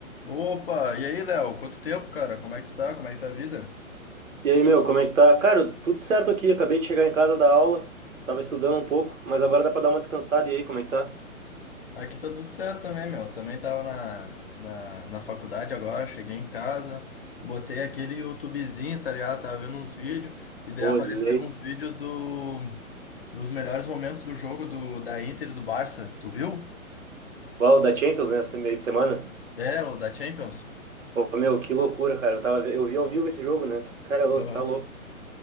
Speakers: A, on the left (about 45°); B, on the right (about 65°).
A: Opa, e aí, Léo? Quanto tempo, cara? Como é que tu tá? Como é que tá a vida?
B: E aí, meu, como é que tá? Cara, tudo certo aqui. Acabei de chegar em casa da aula. Tava estudando um pouco, mas agora dá pra dar uma descansada. E aí, como é que tá?
A: Aqui tá tudo certo também, meu. Também tava na, na, na faculdade agora, cheguei em casa, botei aquele YouTubezinho, tá ligado? Tava vendo uns vídeos, e daí
B: Pô,
A: apareceram
B: de lei.
A: uns vídeos do, dos melhores momentos do jogo do, da Inter e do Barça. Tu viu?
B: Uau, da Champions, né? Esse meio de semana.
A: É, o da Champions.
B: Pô, meu, que loucura, cara. Eu tava, eu vi ao vivo esse jogo, né? Cara, ô,
A: Aham.
B: tá louco.